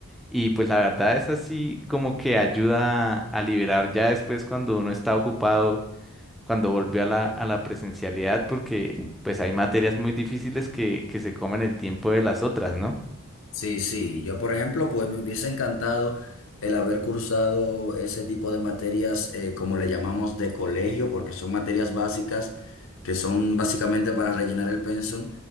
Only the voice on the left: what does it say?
Sí, sí, yo por ejemplo, pues me hubiese encantado el haber cursado ese tipo de materias, eh, como le llamamos de colegio, porque son materias básicas que son básicamente para rellenar el pensum,